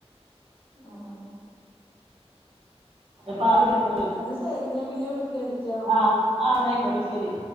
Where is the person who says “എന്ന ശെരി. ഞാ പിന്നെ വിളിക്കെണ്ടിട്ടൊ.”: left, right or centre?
Left